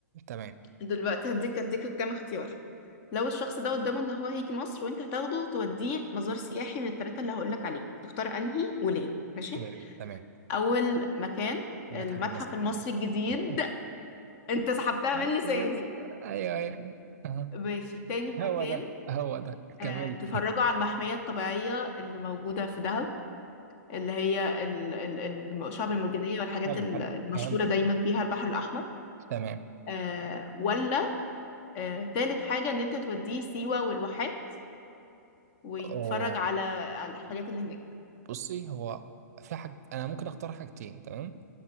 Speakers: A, on the right; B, on the left.
A: تمام
B: دلوقتي هديك هديك كام اختيار لو الشخص ده قدامه ان هو هيجي مصر وانت هتاخده توديه مزار سياحي من الثلاثة اللي هقولك عليهم تختار انهي وليه ماشي
A: يا ريت تمام
B: اول مكان
A: المتحف
B: المتحف
A: المصري
B: المصري
A: الجديد
B: الجديد
A: <laughs>
B: <laughs> انت سحبتها
A: بس
B: من لساني
A: كده ايوه ايوه أها.
B: ماشي تاني مكان
A: هو ده هو ده كمل
B: آه، تتفرجوا على المحمية الطبيعية اللي موجودة في دهب اللي هي ال- ال- ال- الشعب المرجانية والحاجات
A: حلو
B: ال-
A: حلو
B: المشهورة
A: فهمتك
B: دايما بيها البحر الأحمر
A: تمام
B: آه، ولا آه، تالت حاجة إن أنت توديه سيوة والواحات ويتفرج
A: أو-
B: على على الحاجات اللي هناك
A: بصي هو في حاج انا ممكن اختار حاجتين تمام